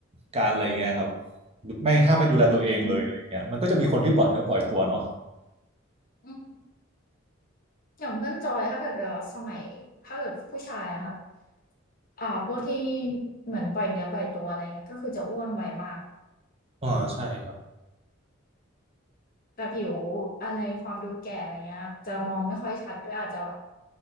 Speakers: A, on the right; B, on the left.
A: การอะไรเงี้ยครับไม่ถ้าไม่ดูแลตัวเองเลยอะไรเงี้ยมันก็จะมีคนที่ปล่อยเนื้อปล่อยตัวเนาะ
B: อืมอืมอย่างเพื่อนจอยถ้าเกิดจะสมัยถ้าเกิดผู้ชายอะค่ะอ่าพวกที่เหมือนปล่อยเนื้อปล่อยตัวอะไรเงี้ยก็คือจะอ้วนไวมาก
A: อ่าใช่ครับ
B: แต่ผิวอะไรความดูแก่อะไรเงี้ยจะมองไม่ค่อยชัดด้วยอาจจะแบบ